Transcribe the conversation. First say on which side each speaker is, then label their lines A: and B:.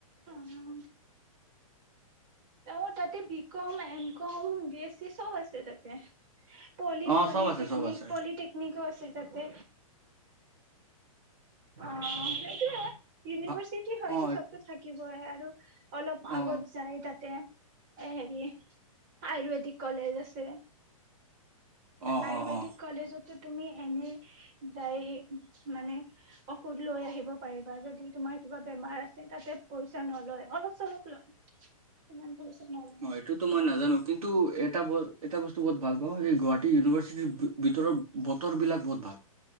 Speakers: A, on the right (about 35°); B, on the right (about 80°).
A: উম তেওঁ তাতে বি কম এম কম বেছ এচি চব আছে তাতে পলি
B: অ
A: পলিটেকনিক
B: চব আছে চব আছে
A: পলিটেকনিকো আছে তাতে অ সেইটোৱে ইউনিভাৰ্চিটি
B: ভা
A: হয়তো
B: অ
A: চবতো থাকিবই আৰু অলপ আগত
B: অ
A: যায় তাতে এ হেৰি আয়ুৰ্বেদিক কলেজ আছে
B: অ
A: আয়ুৰ্বেদিক
B: অ অ
A: কলেজতো তুমি এনে যাই মানে ঔষধ লৈ আহিব পাৰিবা যদি তোমাৰ কিবা বেমাৰ আছে তাতে পইচা নলয় অলপ চলপ লয় পইচা নলয়
B: অঁ এইটোতো মই নাজানো কিন্তু এটা এটা বস্তু বহুত ভালওঁ এই গুৱাহাটীৰ ইউনিভাৰ্চিটিৰ ভিতৰতৰত বত ৰ বিলাক বহুত ভাল